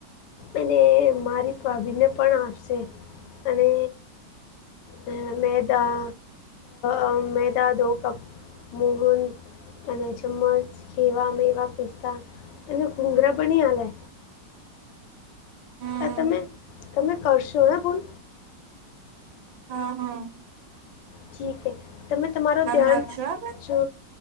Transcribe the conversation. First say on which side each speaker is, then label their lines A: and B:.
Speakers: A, on the left; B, on the right.
A: અને મારી ભાભીને પણ આપશે અને હ મેંદા અ મેંદા દો કપ મોહન અને જ ચમચ ખેવા મેવા પીસ્તા અને ઘૂંઘરા બની આલે
B: હમ
A: આ તમે તમે કરશો હેં બુન
B: હાં હાં
A: ઠીક હે તમે તમારું ધ્યાન
B: રાખજો હા બેન
A: જો